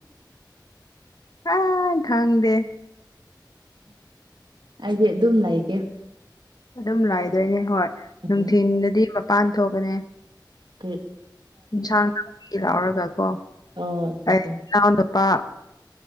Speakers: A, on the left; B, on the right.
A: ꯑꯥ ꯈꯪꯗꯦ
B: ꯑꯩꯗꯤ ꯑꯗꯨꯝ ꯂꯩꯒꯦ
A: ꯑꯗꯨꯝ ꯂꯩꯗꯣꯏꯅꯦ ꯍꯣꯏ
B: ꯎꯝ
A: ꯅꯨꯡꯊꯤꯟꯗꯗꯤ ꯃꯄꯥꯟ ꯊꯣꯛꯀꯅꯤ
B: ꯀ <unintelligible>
A: ꯌꯦꯟꯁꯥꯡ ꯅꯥꯒꯤ ꯂꯥꯎꯔꯒ ꯀꯣ
B: ꯑꯣ ꯑꯠꯆꯥ
A: ꯑꯩ
B: ꯑꯠꯆꯥ
A: ꯏꯅꯥꯎ ꯅꯨꯄꯥ